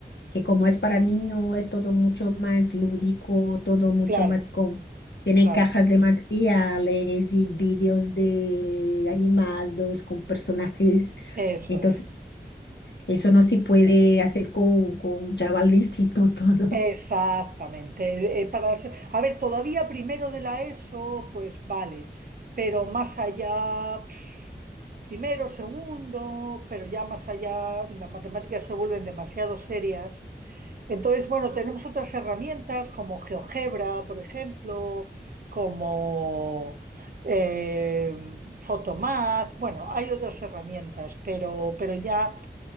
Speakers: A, on the left (about 80°); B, on the right (about 55°).
A: que como es para niño, es todo mucho más lúdico, todo mucho
B: Claro,
A: más con... Tiene
B: claro.
A: cajas de materiales y vídeos de animados con personajes.
B: Eso
A: Entonces,
B: es.
A: eso no se puede hacer con, con un chaval de instituto, <laughs> ¿no?
B: Exactamente. Eh, para, a ver, todavía primero de la ESO, pues vale, pero más allá, pf, primero, segundo, pero ya más allá, las matemáticas se vuelven demasiado serias Entonces, bueno, tenemos otras herramientas como GeoGebra, por ejemplo, como eh, Photomath. Bueno, hay otras herramientas, pero, pero ya